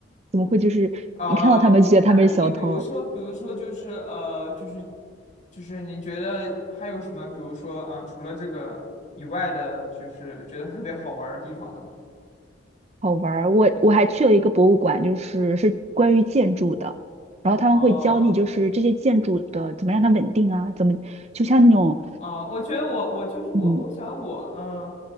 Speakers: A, on the right; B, on the left.
A: 怎么会就是一看到他们就觉得他们是小偷，
B: 哦，哎，那你比如说，比如说，就是呃，就是就是你觉得还有什么，比如说啊、除了这个以外的，就是觉得特别好玩儿的地方呢？
A: 好玩儿。我我还去了一个博物馆，就是是关于建筑的，然后他们会教你就是这些建筑的怎么让它稳定啊，
B: 哦
A: 怎么就像那种
B: 哦，我觉得我我就是我，
A: 嗯
B: 我想我嗯、呃